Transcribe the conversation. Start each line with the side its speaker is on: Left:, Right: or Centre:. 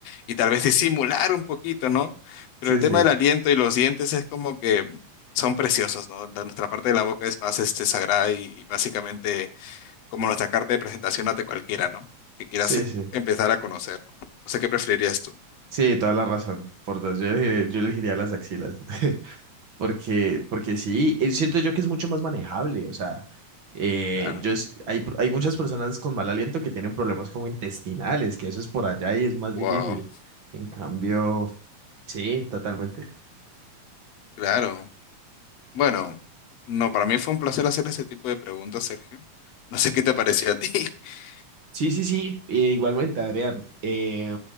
Left: y tal vez disimular un poquito, ¿no? Pero
Right: sí,
Left: el tema
Right: sí,
Left: del aliento y los dientes es como que son preciosos, ¿no? La- nuestra parte de la boca es más este, sagrada y básicamente como nuestra carta de presentación ante cualquiera, ¿no? Que quieras
Right: sí, sí.
Left: empezar a conocer, ¿no? O sea, ¿qué preferirías tú?
Right: Sí, toda la razón. Por dos, yo elegir- yo elegiría las axilas. <laughs> Porque, porque sí, eh, siento yo que es mucho más manejable, o sea, eh,
Left: Claro.
Right: yo, s- hay, pro- hay muchas personas con mal aliento que tienen problemas como intestinales, que eso es por allá y es más
Left: Wow,
Right: difícil. En cambio, sí, totalmente.
Left: claro. Bueno, no, para mí fue un placer hacer ese tipo de preguntas, Sergio. No sé qué te pareció a ti. <laughs>
Right: Sí, sí, sí, eh, igualmente, Adrián. eh,